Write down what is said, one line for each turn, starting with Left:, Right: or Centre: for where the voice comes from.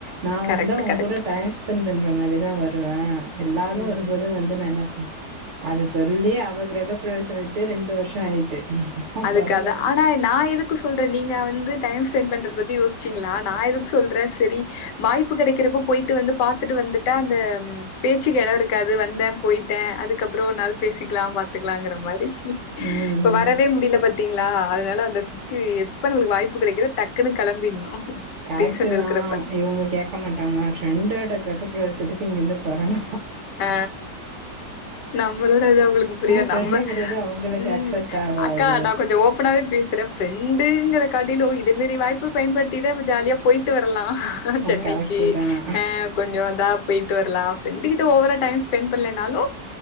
Right: நா
Left: கரெக்ட்
Right: வந்து அவங்க
Left: கரெக்ட்
Right: கூட டைம் ஸ் ஸ்பென் பண்ற மாரி தா வருவ எல்லாரு
Left: ம்
Right: வரும்போது வந்து நா என்ன அத சொல்லி அவ கிரகப்பிரவேச வெச்சே ரெண்டு வருசொ ஆயிட்டு
Left: அதுக்கது
Right: வருவா
Left: ஆனா நா எதுக்கு சொல்ற நீங்க வந்து டைம்ஸ் பெண்ட் பண்றது பத்தி யோசிச்சீங்ளா நா எதுக்கு சொல்ற செரி வாய்ப்பு கெடைக்கிறப்ப போயிட்டு வந்து பாத்துட்டு வந்துட்டா அந்த பேச்சுக்கு எடொ இருக்காது வந்தே போயிட்ட அதுக்கப்ரொ ஒரு நாள் பேசிக்லா பாத்துக்லாங்கிற மாரி
Right: ம்,
Left: இப்ப
Right: ம்.
Left: வர வே முடியல பாத்தீங்ளா அதனால அந்த <unintelligible> வாய்ப்பு கெடைக்குதோ டக்குன்னு கெளம்பிட்ணு
Right: கரெக்ட்
Left: ரீசன்
Right: தா
Left: இருக்கிறப்ப
Right: இவுங்க கேக்க மாட்டாங்க ப்ரென்ட் ஓட கிரகப்பிரவேசத்துக்கு இங்கிருந்து போறங்க
Left: அ நம்மளோட அது அவுங்களுக்கு புரியாது
Right: ஃப்ரெண்டுங்கிறது
Left: நம்ம
Right: அவங்களுக்கு
Left: ம்
Right: அக்செப்ட் ஆவாது.
Left: அக்கா நா கொஞ்சோ ஓப்பனாவே பேசுற ஃப்ரெண்டு ங்கற காட்டிலு இது மேரி வாய்ப்பு பயன்படுத்தி தா நம்ம ஜாலியா போயிட்டு வரலா
Right: ஆ
Left: சென்னைக்கு
Right: கரெக்ட்டு தான்.
Left: ஆ கொஞ்சோ தா போய்ட்டு வர்லா ஃப்ரெண்டு கிட் ட ஓவரா டைம் ஸ்பெண்ட் பண்லனாலு